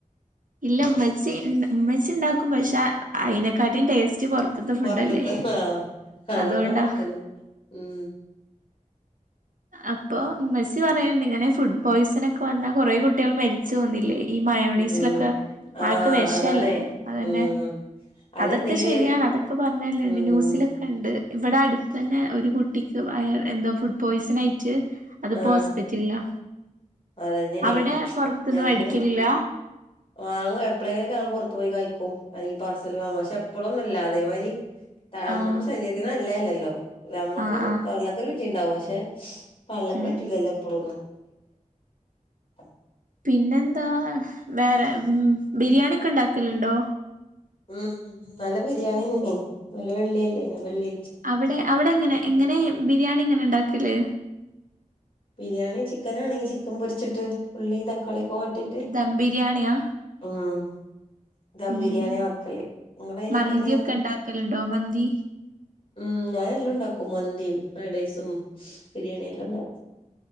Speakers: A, on the right; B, on the left.
A: ഇല്ല ഉമ്മച്ചി ണ്ടാക്കും പക്ഷെ അയിനെക്കാട്ടിം ടേസ്റ്റ് പുറത്തത്തെ ഫുഡല്ലേ
B: പൊറത്തത്ത് ആ അതൊണ്ടാ
A: അതുകൊണ്ടാ
B: പൊറത്തുന്ന് ഉം
A: അപ്പൊ മെസി പറയല്ണ്ട് ഇങ്ങനെ ഫുഡ് പോയ്സൺ ഒക്കെ വന്നാ കുറേ കുട്ടികൾ മരിച്ചു പോന്നില്ലേ ഈ മയോണീസിലൊക്കെ
B: ഉം
A: പാക്ക
B: ആഹ്
A: വെഷല്ലേ
B: അതാണേ
A: അതന്നെ
B: ഉം അതെന്തെങ്കില്
A: അതൊക്കെ ശരിയാണ് അതൊക്കെ പറഞ്ഞലണ്ട്
B: ഉം
A: ന്യൂസിലൊക്കെ ഉണ്ട് ഇവിടെ അടുത്ത് തന്നെ ഒരു കുട്ടിക്ക് എന്തോ പോയ്സൺ ആയിട്ട് അതിപ്പോ
B: ആ
A: ഹോസ്പിറ്റലിലാ
B: അതന്നെയാണേ
A: അവിടെ പുറത്തുന്ന്
B: ഞമ്മള്
A: മേടിക്കലില്ല
B: വാങ്ങും എപ്പഴെലക്കെ ഞമ്മൾ പുറത്തു പോയി കഴി അല്ലെ പാർസല് വാങ്ങു പക്ഷെ എപ്പോളൊന്നും ഇല്ല അതേമാതിരി നമ്മൾക്ക്
A: ആഹ്
B: ശരീരത്തിന് നല്ലയല്ലല്ലോ ഹലോ നമ്മുക്ക്
A: ആഹ് ആഹ്
B: വള്ളക്ക് രുചിണ്ടാവും പക്ഷേ <inaudible> പള്ളക്ക്
A: ഉം
B: പറ്റൂലല്ലൊ എപ്പോളുതൊ <unintelligible>
A: പിന്നെന്താ വേറെ ഉം ബിരിയാണി ഒക്കെ ഇണ്ടാക്കല്ണ്ടോ
B: ഉം നല്ല ബിരിയാണ്യ നേനി ന്നലെ വെള്ളി അല്ലേനു വെള്ളി
A: അവിടെ അവിടെ എങ്ങനെ എങ്ങനെ ബിരിയാണി എങ്ങനെ ഇണ്ടാക്കല്
B: ബിരിയാണി ചിക്കനാണെങ്കിൽ ചിക്കൻ പൊരിച്ചിട്ട് ഉള്ളീം തക്കാളി വാട്ട് ട്ടിട്ട്
A: ദം ബിരിയാണിയാ
B: ഉം ദം
A: ഉം
B: ബിരിയാണിയ
A: ഉം
B: വെക്കല് നിങ്ങള യ്ലൊക്കെ
A: മന്തിയൊക്കെ
B: എങ്ങനെ
A: ഉണ്ടാക്കലുണ്ടോ മന്തി
B: ഉം ഞാനെല്ലൊം ഇണ്ടാക്കും മന്തിയും ഫ്രൈവ്ഡേയ്സും ബിരിയാണി എല്ലാം ഇണ്ടാവും